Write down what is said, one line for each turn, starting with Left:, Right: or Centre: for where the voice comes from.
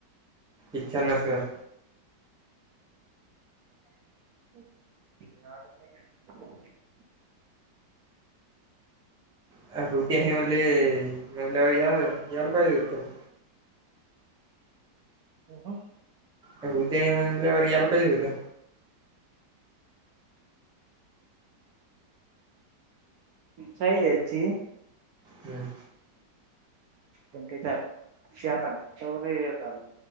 Centre: इच्छा नसल
Right: का <unintelligible>
Centre: हे म्हणल्यावर यायला पाहिजे होतं त्यान.
Right: ह ह
Centre: हे तर म्हणल्यावर यायला
Right: का?
Centre: पाहिजे होता.
Right: सही अची
Centre: हम्म
Right: चार खशी आक नाे